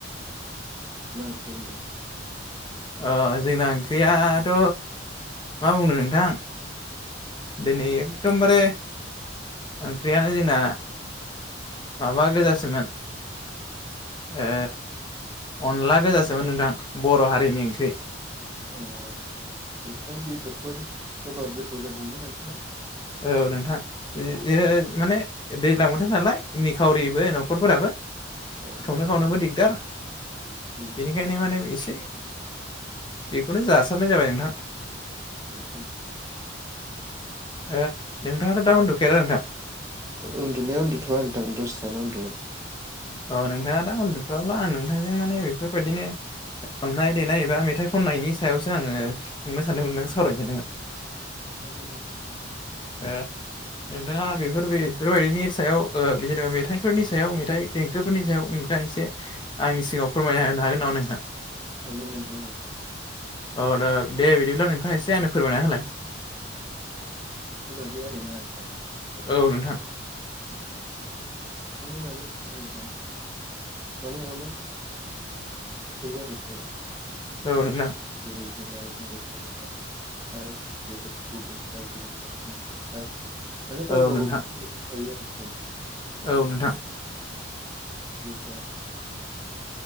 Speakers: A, on the right; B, on the left.
A: औ मा ओंख्रिमोन नोंथां?
B: अ जोंना ओंख्रियाथ' मा बुंनो नोंथां दिनै एकदमबारे ओंख्रियानो जोंना माबा गोजासोमोन ओ अनला गोजासोमोन नोंथां बर' हारिनि ओंख्रि
A: अ दाव बेदरफोर होबा गोथाव जागौमोन नोंथां
B: औ नोंथां जे माने दैज्लां बोथोर नालाय निखावरिबो न'खरफोराबो
A: अ
B: सावनो खावनोबो दिगदार
A: उम
B: बेनिखायनो माने एसे बेखौनो जासाबनाय जाबाय नोंथां
A: <inaudible>
B: ओ नोंथाङाथ' दा उन्दुखाया दा नोंथां?
A: उन्दुनाया उन्दुथ'वा नोंथां दसे थाना उन्दुगोन
B: अ नोंथाङा दा उन्दुथ'वाबा आं नोंथांजों माने बेफोर बायदिनो दामनाय देनाय एबा मेथाइ खननायनि सायावसो आङो सोंनो सान्दोंमोनदों बा सावरायनो सानदोंमोन
A: हागोन नोंथां हागोन
B: ओ नोंथाङा बेफोर बेफोर बायदिनि सायाव ओ बिदिनो मेथाइफोरनि सायाव मेथाइ देंखोफोरनि सायाव नोथां थां एसे आंनि सिगाङाव फोरमायना होनो हागोन नामा नोंथां?
A: हागोन नोंथां ओं
B: अ दा दे बिदिब्ला नोंथाङा एसेे आंनो फोरमायना होलाय
A: <inaudible> आरो ना नोंथां
B: औ नोंथां
A: <inaudible> माने अनेक रोखोम थायो आरोखि
B: औ नोंथां
A: जेरै जोंना जोंनि बर' हारिनिफ्राय <inaudible> गुबुनफ्रा गुबुन जाथिनि <inaudible> माने गाव
B: औ
A: गावबा
B: नोंथां
A: गावनि देंखो थायो आरोखि।
B: औ नोंथां।
A: उम, जेनेबा